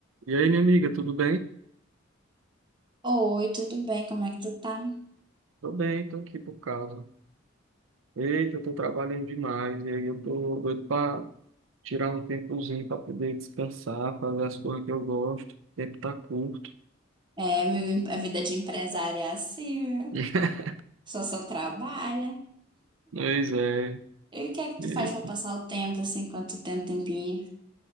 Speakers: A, on the right; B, on the right.
A: E aí, minha amiga, tudo bem?
B: Oi, tudo bem? Como é que tu tá?
A: Tô bem, tô aqui por causa. Eita, eu tô trabalhando demais, e aí eu tô doido pra tirar um tempozinho pra poder descansar, fazer as coisas que eu gosto. O tempo tá curto.
B: É, amigo, a vida de empresária é assim,
A: <laughs>
B: viu? Só só trabalha.
A: Pois é.
B: E o que é que
A: Eita.
B: tu faz pra passar o tempo, assim, enquanto tu tem um tempinho?